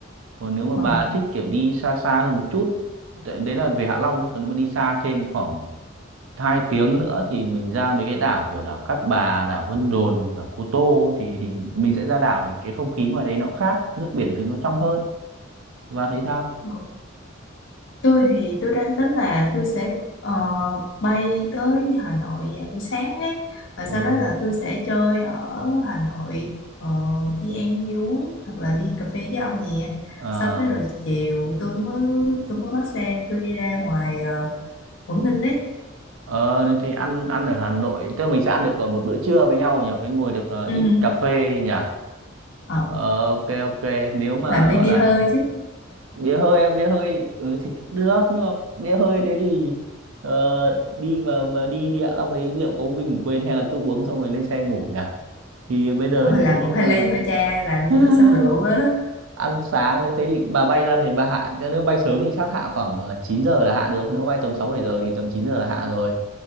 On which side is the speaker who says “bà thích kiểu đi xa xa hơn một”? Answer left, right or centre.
Right